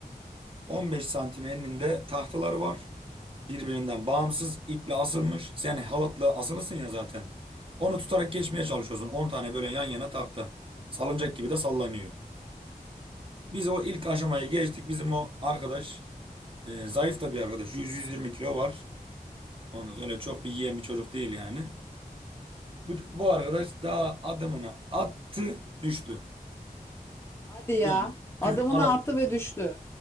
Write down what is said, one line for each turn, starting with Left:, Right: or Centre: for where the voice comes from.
Right: 15 santim eninde tahtalar var. Birbirinden bağımsız iple asılmış. Sen halatla asılısın ya zaten. Onu tutarak geçmeye çalışıyorsun. 10 tane böyle yan yana tahta. Salıncak gibi de sallanıyor. Biz o ilk aşamayı geçtik. Bizim o arkadaş e, zayıf da bir arkadaş. 100-120 kilo var. Ondan sonra öyle çok bir yiyen bir çocuk değil yani. Bu, bu
Left: Hı.
Right: arkadaş daha adımını attı, düştü.
Left: Hadi ya.
Right: Böyle
Left: Adımını
Right: halat
Left: attı ve düştü.